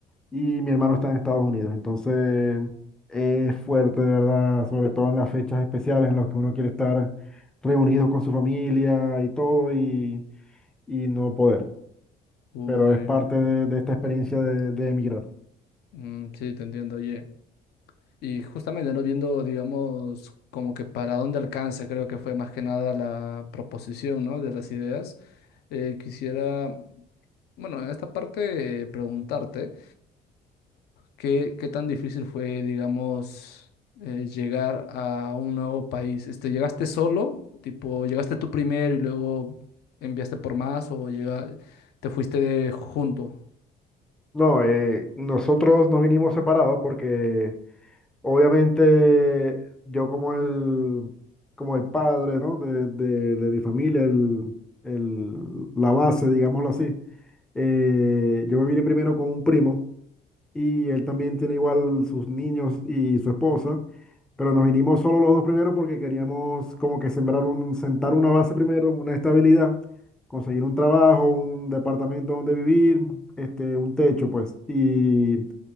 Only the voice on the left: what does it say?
uy.
Mm, sí, te entiendo, oye. Y justamente, ¿no? Viendo, digamos, como que para dónde alcanza, creo que fue más que nada la proposición, ¿no? De las ideas. Eh, quisiera, bueno, en esta parte eh, preguntarte, ¿qué, qué tan difícil fue, digamos, eh, llegar a un nuevo país? Este, ¿llegaste solo? Tipo, ¿llegaste tú primero y luego enviaste por más o llega, te fuiste junto?